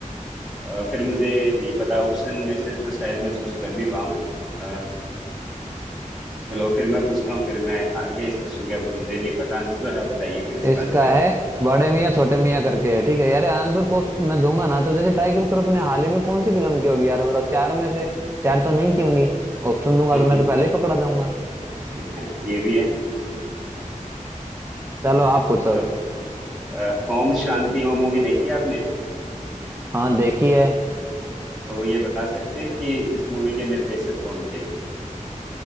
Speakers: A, in the centre; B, on the right.
A: अ, फिर मुझे नहीं पता ऑप्शन में से तो शायद मैं चूज कर भी पाऊँ अ, चलो फिर मैं पूछता हूँ फिर मैं हार गया इस क्वेश्चन का मुझे नहीं पता आंसर आप बताइए फिर इसका
B: इसका
A: आंसर क्या
B: है बड़े मियाँ छोटे मियाँ करके है ठीक है यार आंसर को मैं दूंगा ना तो जैसे टाइगर श्रॉफ
A: है
B: ने हाल ही में कौन सी फिल्म की होगी यार बताओ चार में से चार तो नहीं की होंगी ऑप्शन दूंगा
A: <laughs>
B: तो मैं तो पहले ही पकड़ा जाऊंगा
A: ये भी है अ,
B: चलो आप पूछो
A: चलो अ, ओम शांति ओम मूवी देखी है आपने
B: हाँ देखी है
A: तो ये बता सकते हैं कि इस मूवी के निर्देशक कौन थे